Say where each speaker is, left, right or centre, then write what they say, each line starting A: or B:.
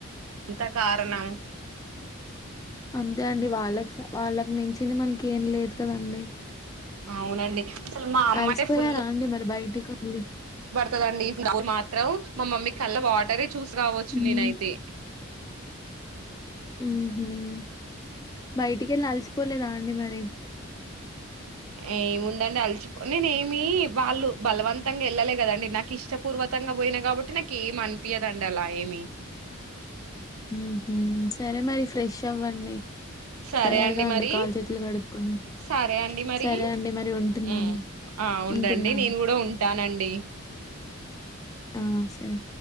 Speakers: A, on the right; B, on the left.
A: ఇదంతా కారణం
B: అంతే అండి వాళ్ళకి వాళ్ళకి మించింది మనకి ఏం లేదు కదండి
A: అవునండి అసలు మా అమ్మ
B: అలసిపోయారా
A: అయితే ఫుల్
B: అండి మరి బయటికిళ్ళి
A: కాదండి మాత్రం మా మమ్మీ కళ్ళ వాటర్ చూసి రావచ్చు
B: ఉమ్
A: నేనైతే
B: మ్మ్ హ్మ్ బయటికి వెళ్ళ అలసిపోలేదా అండి మరి
A: ఏముందండి అలిచిపో నేనే ఏమి వాళ్ళు బలవంతంగా వెళ్ళలే కదండి నాకు ఇష్టపూర్వకంగా పోయినా కాబట్టి నాకు ఏమి అనిపియదండి అలా ఏమి
B: ఉహూ సరే మరి ఫ్రెష్ అవ్వండి
A: సరే
B: తయారుగా
A: అండి మరి
B: కాలు చేతులు కడుక్కొని
A: సరే అండి మరి
B: సరే అండి మరి ఉంటున్నాను
A: హూ ఆ ఉండండి
B: ఉంటున్నాను
A: నేను కూడా ఉంటానండి
B: ఆ సరే